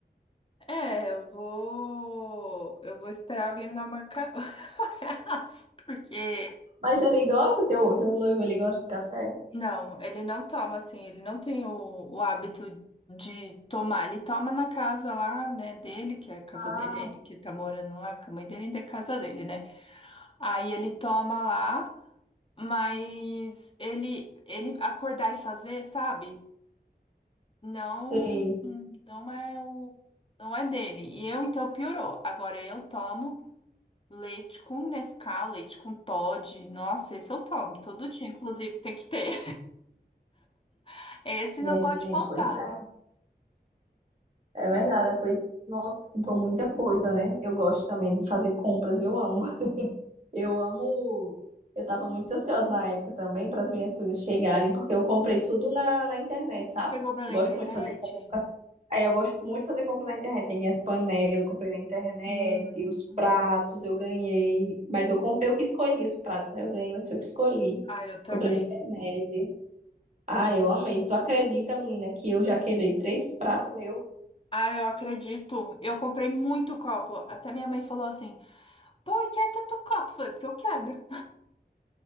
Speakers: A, on the left; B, on the right.
A: É, eu vou. Eu vou esperar alguém me dar uma ca- <laughs> uma carraça, porque.
B: Mas ele gosta, teu, teu noivo, ele gosta de café?
A: Não, ele não toma assim, ele não tem o, o hábito de tomar. Ele toma na casa lá, né, dele, que é a casa
B: Ah,
A: dele, é- que tá morando lá, que a mãe dele ainda é casa dele, né? Aí ele toma lá, mas ele, ele acordar e fazer, sabe? Não,
B: Sei.
A: não é o. Não é dele. E eu, então, piorou. Agora eu tomo. Leite com Nescau, leite com Toddy. Nossa, esse eu tomo todo dia, inclusive, tem que ter. <laughs> Esse
B: É,
A: não pode faltar.
B: pois é, é verdade. é, Pois, nossa, tu comprou muita coisa, né? Eu gosto também de fazer compras, eu amo. Eu amo. Eu tava muito ansiosa na época também para as minhas coisas chegarem, porque eu comprei tudo na, na internet, sabe?
A: Você compra
B: Gosto
A: na internet?
B: muito de fazer Aí eu gosto muito de fazer compra na internet. Aí minhas panelas eu comprei na internet,
A: Hum.
B: os pratos eu ganhei. Mas eu, comp... eu que escolhi os pratos, né? Eu ganhei, mas foi eu que escolhi.
A: Ah, eu também.
B: Comprei na internet. Ah, eu amei. Tu acredita, menina, que eu já quebrei três pratos meu?
A: Ah, eu acredito. Eu comprei muito copo. Até minha mãe falou assim: Por que tanto copo? Eu Falei, porque eu quebro.